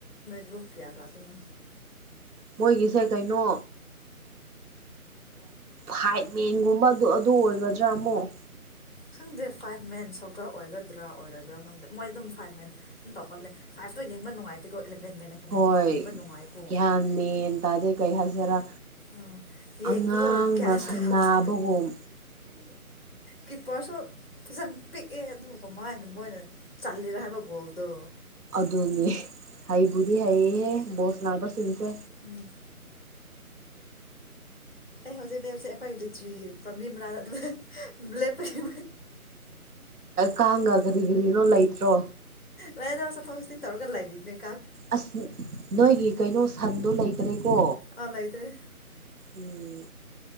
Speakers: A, on the left (about 40°); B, on the right (about 80°).
A: ꯭ꯒ꯭ꯔꯨꯨꯞ ꯀꯌꯥ ꯂꯥꯛꯇꯣꯏꯅꯣ
B: ꯃꯣꯏꯒꯤꯁꯦ ꯀꯩꯅꯣ ꯐꯥꯏꯄ ꯃꯦꯟꯒꯨꯝꯕꯗꯨ ꯑꯗꯨ ꯑꯣꯏꯒꯗ꯭ꯔꯥ ꯑꯃꯨꯛ
A: ꯈꯪꯗꯦ ꯐꯥꯏꯚ ꯃꯦꯟ ꯁꯣꯀꯔ ꯑꯣꯏꯒꯗ꯭ꯔꯥ ꯑꯣꯏꯔꯣꯏꯗ꯭ꯔꯥ ꯈꯪꯗꯦ ꯃꯣꯏ ꯑꯗꯨꯝ ꯐꯥꯏꯚ ꯃꯦꯟ ꯑꯗꯨꯝ ꯇꯧꯒꯜꯂꯦ ꯐꯇꯣ ꯌꯦꯕ ꯅꯨꯡꯉꯥꯏꯇꯦꯀꯣ ꯏꯂꯚꯦꯟ ꯃꯦꯟꯅ ꯍꯦꯟꯅ
B: ꯍꯣꯏ
A: ꯌꯦꯡꯕ ꯅꯨꯡꯉꯥꯏꯀꯣ
B: ꯒ꯭ꯌꯥꯟ ꯃꯦꯟ ꯇꯗꯩ ꯀꯩ ꯍꯥꯏꯁꯦꯔꯥ
A: ꯑꯥ ꯌꯦꯡꯕꯗꯣ
B: ꯑꯉꯥꯡꯅ
A: ꯒ꯭ꯌꯥꯟ
B: ꯁꯥꯟꯅꯕꯒꯨꯝ
A: ꯇꯥꯗꯦ ꯀꯤꯞꯄꯔꯁꯨ ꯐꯖꯅ ꯄꯤꯛꯑꯦ ꯑꯗꯨꯒ ꯀꯃꯥꯏꯅ ꯃꯣꯏꯅ ꯆꯜꯂꯤꯔ ꯍꯥꯏꯕ ꯒꯣꯜꯗꯣ
B: ꯑꯗꯨꯅꯦ ꯍꯩꯕꯨꯗꯤ ꯍꯩꯍꯦ ꯕꯣꯜꯁꯅꯥꯟꯕꯁꯤꯡꯁꯦ
A: ꯎꯝ ꯑꯩ ꯍꯧꯖꯤꯛ ꯂꯩꯕꯁꯦ ꯑꯩꯈꯣꯏ ꯂꯤꯆꯤꯒꯤ ꯄꯥꯝꯕꯤ ꯃꯅꯥꯗ ꯑꯗꯨ ꯂꯦꯞꯄꯒꯤ
B: ꯀꯥꯡꯒ ꯀꯔꯤ ꯀꯔꯤꯅꯣ ꯂꯩꯇ꯭ꯔꯣ
A: ꯂꯥꯏꯗ ꯆꯠꯊꯣꯛ ꯆꯠꯁꯤꯟ ꯇꯧꯔꯒ ꯂꯩꯔꯤꯕꯅꯦ
B: ꯑꯁ ꯅꯣꯏꯒꯤ ꯀꯩꯅꯣ ꯁꯟꯗꯣ ꯂꯩꯇ꯭ꯔꯦꯀꯣ
A: ꯑꯥ ꯂꯩꯇ꯭ꯔꯦ
B: ꯎꯝ